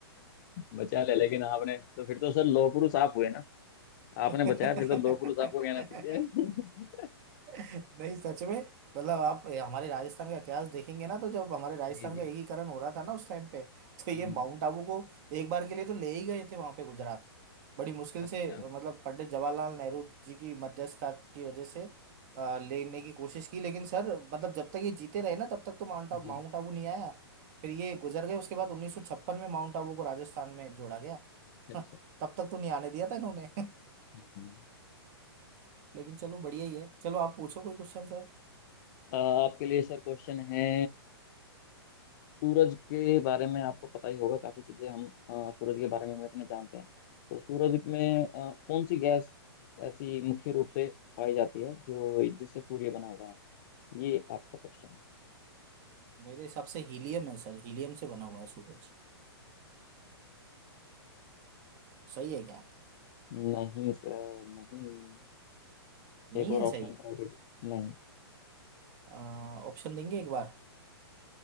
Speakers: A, on the left; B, on the right.
A: बचा ले लेकिन आपने तो फिर तो सर लौह पुरुष आप हुए ना आपने
B: <laughs> हाँ
A: बचाया फिर तो लौह पुरुष आपको कहना चाहिए
B: <laughs> नहीं सच में मतलब आप हमारे राजस्थान का इतिहास देखेंगे ना तो जब हमारे राजस्थान
A: जी जी
B: का एकीकरण हो रहा था ना उस टाइम पे तो
A: हम्म
B: ये माउंट आबू को एक बार के लिए तो ले ही गए थे वहां पे गुजरात बड़ी मुश्किल
A: अच्छा
B: से मतलब पंडित जवाहरलाल नेहरू जी की मध्यस्थता की वजह से अ, लेने की कोशिश की लेकिन सर मतलब जब तक ये जीते रहे ना तब तक तो माउंट
A: जी
B: आबू माउंट आबू नहीं आया फिर ये गुजर गए उसके बाद 1956 में माउंट आबू को राजस्थान में जोड़ा गया
A: अच्छा
B: <laughs>
A: अच्छा
B: तब तक तो नहीं आने दिया था इन्होंने <laughs>
A: हम्म
B: लेकिन चलो बढ़िया ही है चलो आप पूछो कोई क्वेश्चन
A: अ, आपके लिए सर क्वेश्चन है सूरज के बारे में आपको पता ही होगा काफी चीजें हम अ, सूरज के बारे में हम अपने जानते हैं तो सूरज में अ, कौन सी गैस ऐसी मुख्य रूप से पाई जाती है जो जिससे सूर्य बना हुआ है ये आपका क्वेश्चन है
B: मेरे हिसाब से हीलियम है सर हीलियम से बना हुआ है सूरज सही है क्या
A: नहीं सर नहीं
B: नहीं
A: एक और
B: है सही
A: ऑप्शन ट्राई कीजिए नहीं
B: अ, ऑप्शन देंगे एक बार